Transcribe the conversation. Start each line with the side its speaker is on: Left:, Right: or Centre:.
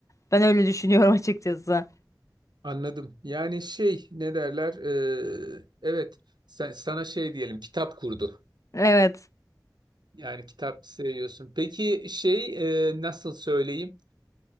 Left: Ben öyle düşünüyorum <laughs> açıkçası.
Right: Anladım. Yani şey ne derler? E, evet sen, sana şey diyelim kitap kurdu.
Left: Evet.
Right: Yani kitap seviyorsun. Peki şey e, nasıl söyleyeyim?